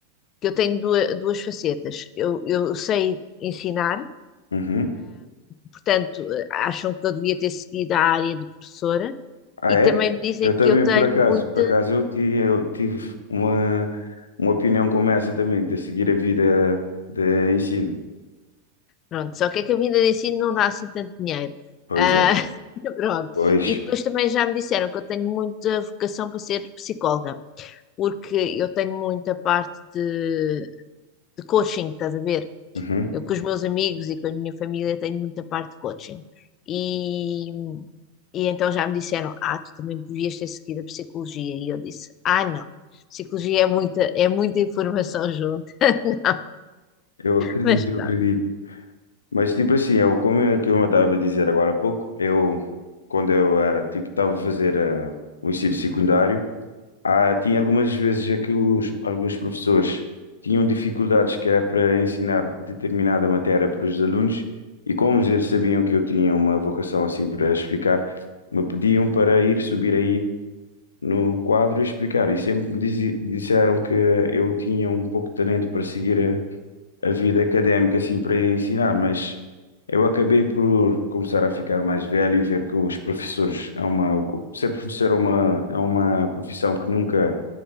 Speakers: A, on the left; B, on the left.
A: que eu tenho duas, duas facetas. Eu, eu sei ensinar
B: Uhum.
A: portanto, acham que eu devia ter seguido a área de professora
B: Ah,
A: e
B: é?
A: também me dizem
B: Eu também,
A: que eu tenho
B: por acaso.
A: muita.
B: Por acaso eu, ti- eu tive uma, uma opinião como essa também, de seguir a vida de ensino.
A: Pronto, só que é que a vinda de ensino não dá assim tanto dinheiro.
B: Pois
A: Ah,
B: é,
A: <laughs> pronto.
B: pois.
A: E depois também já me disseram que eu tenho muita vocação para ser psicóloga, porque eu tenho muita parte de, de coaching, estás a ver?
B: Uhum.
A: Eu com os meus amigos e com a minha família tenho muita parte de coaching. E, e então já me disseram, ah, tu também devias ter seguido a psicologia. E eu disse, ah, não, psicologia é muita, é muita informação junto. <laughs> Não,
B: Eu acredito,
A: mas pronto,
B: eu acredito. Mas tipo assim, eu, como é que eu estava a dizer agora há pouco, eu, quando eu era, tipo, estava a fazer ah, o ensino secundário, Ah, tinha algumas vezes já que os, alguns professores tinham dificuldades que é para ensinar determinada matéria para os alunos e como eles sabiam que eu tinha uma vocação assim para explicar, me pediam para ir subir aí no quadro e explicar. E sempre me dizi- disseram que eu tinha um pouco de talento para seguir a, a vida académica assim para ensinar, mas eu acabei por começar a ficar mais velho e ver que os professores é uma, ser professor é uma, é uma profissão que nunca